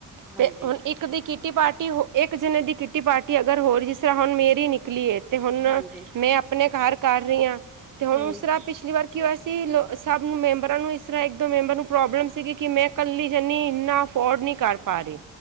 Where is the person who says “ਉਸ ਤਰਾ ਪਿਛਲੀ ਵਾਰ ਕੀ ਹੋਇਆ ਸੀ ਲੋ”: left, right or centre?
Right